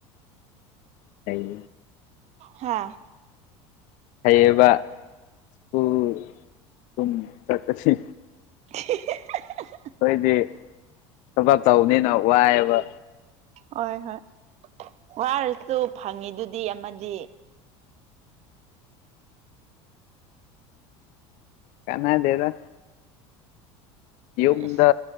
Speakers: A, on the left; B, on the right.
A: ꯀꯩ
B: ꯍꯥꯥ
A: ꯐꯩꯌꯦꯕ ꯄꯨꯡ ꯀꯨꯟ ꯆꯠꯄꯁꯤ
B: <inaudible> <unintelligible>
A: ꯑꯩꯈꯣꯏꯗꯤ ꯊꯕꯛ ꯇꯧꯕꯅꯤꯅ ꯋꯥꯏꯑꯕ
B: ꯍꯣꯏ ꯍꯣꯏ ꯋꯥꯔꯁꯨ ꯐꯪꯉꯤꯗꯨꯗꯤ ꯑꯃꯗꯤ
A: ꯀꯅꯥꯗꯦꯗ ꯌꯨꯝꯗ
B: ꯏꯁ